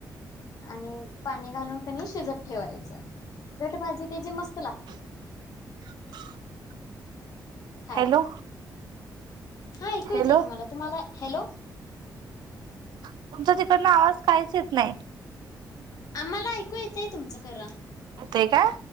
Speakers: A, on the left; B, on the right.
A: आणि पाणी घालून कनी, शिजत ठेवायचं. घटभाजी त्याची, मस्त लागते.
B: <inaudible>
A: खायाला,
B: हॅलो
A: हा ऐकू
B: हॅलो
A: येते की मला, तुम्हाला, हॅलो.
B: तुमचा तिकडनं आवाज काहीच येत नाही.
A: आम्हाला ऐकू येतंय, तुमचं खरं.
B: ते का?